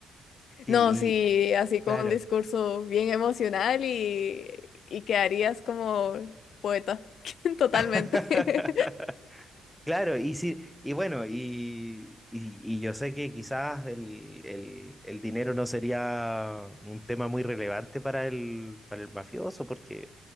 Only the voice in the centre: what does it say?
Y,
y-
claro.
<laughs>
Claro, y sí, y bueno, y, y, y yo sé que quizás el, el, el dinero no sería un tema muy relevante para el, para el mafioso, porque